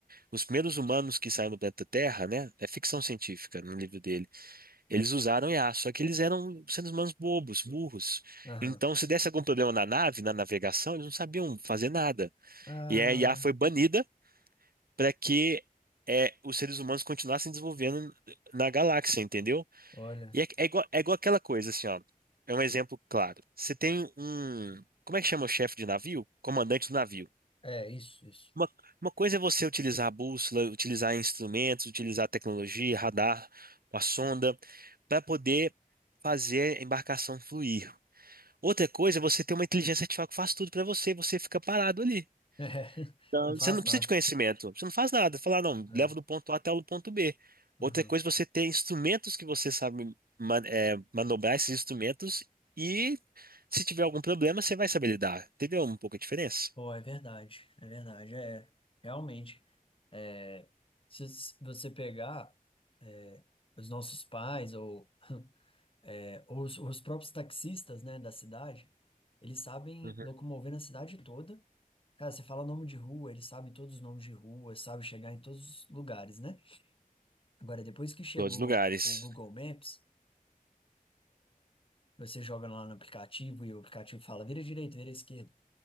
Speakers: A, on the right; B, on the left.
A: os primeiros humanos que saíram do planeta Terra, né, é ficção científica no livro dele, eles usaram IA, só que eles eram seres humanos bobos, burros.
B: aham.
A: Então, se desse algum problema na nave, na navegação, eles não sabiam fazer nada.
B: Ah,
A: E a IA foi banida para que é, os seres humanos continuassem desenvolvendo na galáxia, entendeu?
B: olha,
A: E é, é igual, é igual aquela coisa, assim, ó. É um exemplo claro. Você tem um. Como é que chama o chefe de navio? Comandante do navio.
B: é isso, isso.
A: Uma,
B: <laughs>
A: uma coisa é você utilizar a bússola, utilizar instrumentos, utilizar tecnologia, radar, uma sonda, para poder fazer a embarcação fluir. Outra coisa é você ter uma inteligência artificial que faz tudo para você, você fica parado ali.
B: É,
A: Então,
B: não faz
A: você não
B: nada.
A: precisa de conhecimento, você não faz nada. Falar, não,
B: É,
A: leva do ponto A até o ponto B.
B: aham.
A: Outra coisa, é você ter instrumentos que você sabe ma- é, manobrar esses instrumentos e se tiver algum problema, você vai saber lidar. Entendeu? Um pouco a diferença.
B: Pô, é verdade, é verdade, é, realmente. É, se s- você pegar é, os nossos pais ou <laughs> É, os, os próprios taxistas, né, da cidade, eles sabem
A: Uhum.
B: locomover na cidade toda. Cara, você fala nome de rua, eles sabem todos os nomes de rua, sabem chegar em todos os lugares, né? Agora, depois que chegou
A: Todos os lugares.
B: o Google Maps, você joga lá no aplicativo e o aplicativo fala vira direita, vira esquerda.